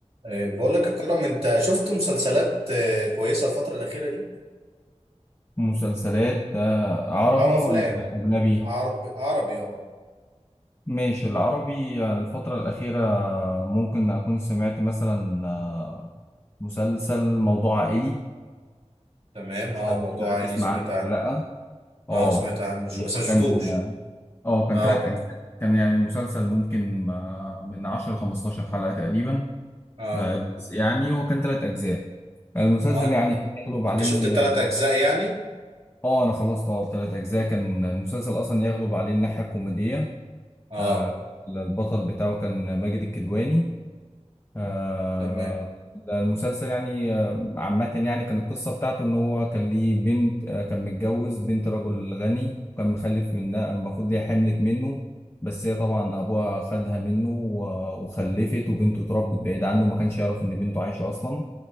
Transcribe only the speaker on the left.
مسلسلات آه، عربي
ولا أجنبي؟
ماشي العربي يعني الفترة الأخيرة ممكن أكون سمعت مثلا آه، مسلسل موضوع عائلي
مش
عارف
تسمع
عنه
ولا لأ اه
يعني
هو
كان اه كان
تلات أجزاء كان يعني المسلسل ممكن آه، من عشرة لخمستاشر حلقة تقريبا
آه، جزء يعني هو كان تلات أجزاء المسلسل
يعني يغلب عليه
ال-
اه أنا خلصت اه تلات أجزاء كان المسلسل أصلا يغلب عليه الناحية الكوميدية
آه، البطل بتاعه كان ماجد الكدواني آه،
المسلسل يعني آه، عامة يعني كان القصة بتاعته إن هو كان ليه بنت آه، كان متجوز بنت رجل غني وكان مخلف منها المفروض هي حملت منه بس هي طبعا أبوها خدها منه و- وخلفت وبنته اتربت بعيد عنه وما كانش يعرف إن بنته عايشة أصلا